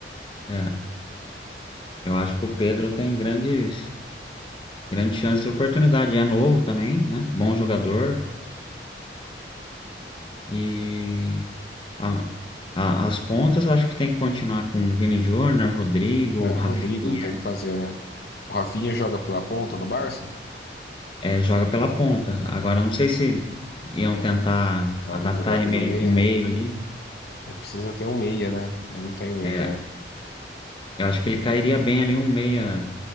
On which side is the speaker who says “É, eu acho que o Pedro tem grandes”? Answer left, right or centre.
Left